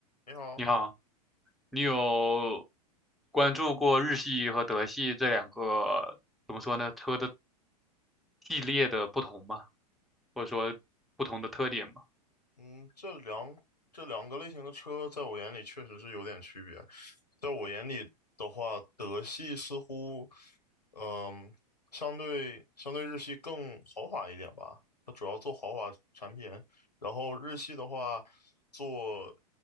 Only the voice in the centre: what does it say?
你好，你有关注过日系和德系这两个，怎么说呢，车的系列的不同吗？或者说不同的特点吗？